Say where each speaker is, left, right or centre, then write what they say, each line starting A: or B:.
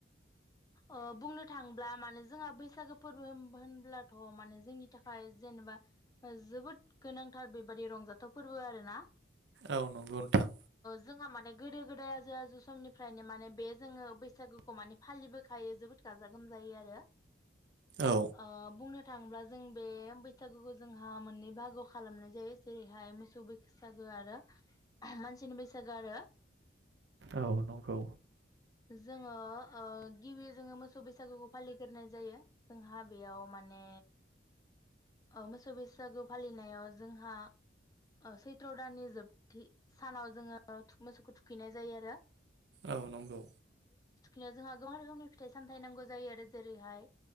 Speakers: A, on the left; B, on the right.
A: ओ बुंनो थाङोब्ला माने जोंहा बैसागो फोरबो होम होनब्लाथ माने जोंनि थाखाय जेनेबा जोबोद गोनांथार बेबादि रंजाथाव फोरबो आरो ना।
B: औ नंगौ नोंथां।
A: जोंहा माने गोदो-गोदाय आजौ -आजै समनिफ्रायनो माने बे जोङो बैसागुखौ माने फालिबो खायो जोबोद गाजा गोमजायै आरो
B: औ
A: ओ बुंनो थांब्ला जों बे बैसागोखौ जोंहा मोननै बाहागोआव खालामनाय जायो। जेरैहाय मोसौ बैसागो आरो मानसिनि बैसागो आरो
B: औ नंगौ।
A: जोङो ओ गिबि जोङो मोसौ बैसागुखौ फालिग्रोनाय जायो। जोंहा बेयाव माने। औ मोसौ बैसागु फालिनायाव जोंहा ओ सैथ्र दाननि जोबथि सानाव जोङो मोसौखौ थुखैनाय जायो आरो।
B: औ नंगौ।
A: निया जोहा <unintelligible> फिथाइ-सामथाइ नांगौ जायो आरो। जेरैहाय